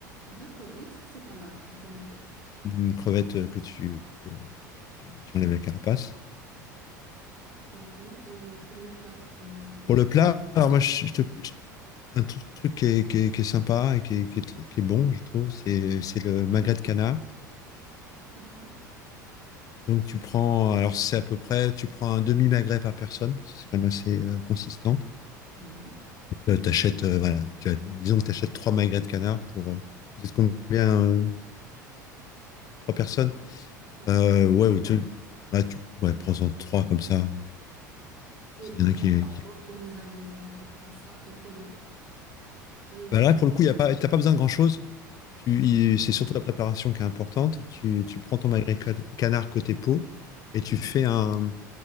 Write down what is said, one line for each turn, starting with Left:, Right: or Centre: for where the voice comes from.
Right: D'accord, oui, ça, c'est pas mal. Je vais noter.
Left: Une crevette euh, que tu, euh, tu, tu enlèves la carapace.
Right: D'accord. Et pour le plat, je... qu'est-ce
Left: Pour
Right: que
Left: le
Right: tu.
Left: plat, alors moi, je, je te, je Un tru- truc qui est, qui est- qui est sympa et qui est, qui est tr- qui est bon, je trouve, c'est, c'est le magret de canard.
Right: D'accord.
Left: Donc tu prends, alors c'est à peu près, tu prends un demi-magret par personne, parce que c'est quand même assez euh, consistant.
Right: Oui.
Left: Euh, t'achètes, euh, voilà, tu as, disons que tu achètes trois magrets de canard pour, euh, vous êtes combien, euh, trois personnes?
Right: Ouais.
Left: Euh, ouais, ou tu, ouais, tu- ouais, prends-en trois comme ça.
Right: Et
Left: S'il
Right: d'abord,
Left: y en a qui, qui-
Right: pour les ingrédients, je prends ça. Et quoi d'autre? Je...
Left: Bah là, pour le coup, y a pas, t'as pas besoin de grand-chose. Tu, y- c'est surtout la préparation qui est importante. Tu, tu prends ton magret ca- canard côté peau et tu fais un,